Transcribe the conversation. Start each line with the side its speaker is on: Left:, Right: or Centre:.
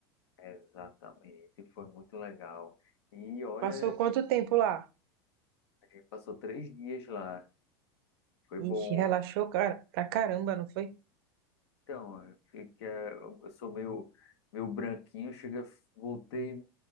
Left: Exatamente, foi muito legal. E olha,
Right: Passou quanto tempo lá?
Left: a gente passou três dias lá, foi bom.
Right: Ixi, relaxou cara, pra caramba, não foi?
Left: Então, eu, fiquei, eu sou meio, meio branquinho, chega, voltei